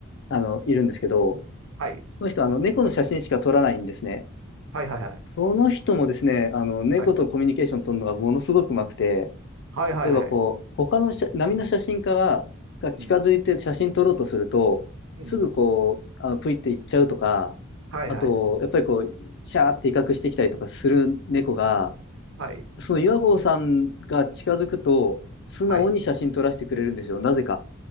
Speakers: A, on the left; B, on the right.
A: あの、いるんですけど、
B: はい、
A: その人、あの、猫の写真しか撮らないんですね。
B: はい、はい、はい、
A: その人もですね、あの、猫とコミュニケーション取るのがものすごくうまくて、
B: はい、はい、はい、
A: 例えばこう、
B: はい、
A: 他の写波の写真家が、が近づいて写真撮ろうとすると、
B: うん、うん、
A: すぐこう、あの、プイって行っちゃうとか、
B: はい、
A: あと、
B: はい、
A: やっぱりこう、シャーって威嚇してきたりとかする猫が、
B: はい、
A: その岩合さんが近づくと、素直に写真撮らせてくれるんですよ、
B: はい。
A: なぜか。